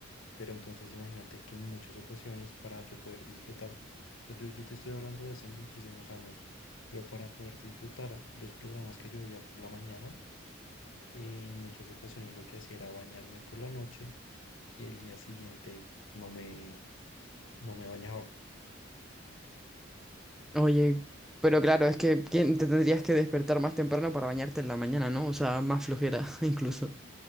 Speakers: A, on the left (about 75°); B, in the centre.
A: Pero entonces imagínate que en muchas ocasiones para yo poder disfrutar, o sea, yo, yo te estoy hablando de hace muchísimos años, pero para poder disfrutar los programas que yo veía por la mañana, en muchas ocasiones lo que hacía era bañarme por la noche y el día siguiente no me, no me bañaba.
B: Oye, pero claro, es que ¿quién te tendrías que despertar más temprano para bañarte en la mañana, ¿no? O sea, más flojera <laughs> incluso.